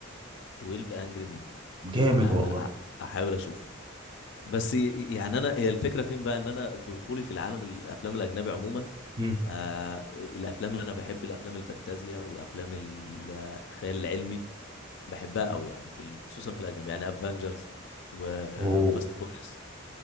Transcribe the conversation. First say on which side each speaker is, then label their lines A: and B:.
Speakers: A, on the left (about 60°); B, on the right (about 20°).
A: 12 Angry Men
B: جامد
A: أنا
B: والله
A: أحاول أشوفه بس ي- يعني انا هي الفكره فين بقى ان انا دخولي في العالم الافلام الاجنبي عموما
B: امم
A: آه الافلام اللي انا بحب الافلام الفانتازيا وافلام ال- الخيال العلمي بحبها قوي يعني في ال- خصوصا في الاجنبي يعني افنجرز وفاست
B: اوه
A: فوريوس